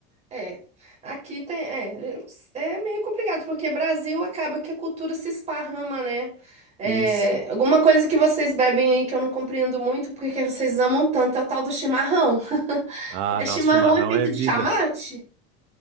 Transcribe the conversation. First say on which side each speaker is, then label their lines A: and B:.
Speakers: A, on the right; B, on the right.
A: é. Aqui tem, é, eu não s- é meio complicado, porque Brasil acaba que a cultura se esparrama, né? É,
B: Isso.
A: alguma coisa que vocês bebem aí que eu não compreendo muito, porque que vocês amam tanto, é o tal do chimarrão. <laughs>
B: Ah,
A: É
B: nosso
A: chimarrão
B: chimarrão
A: é feito
B: é vida.
A: de chamate?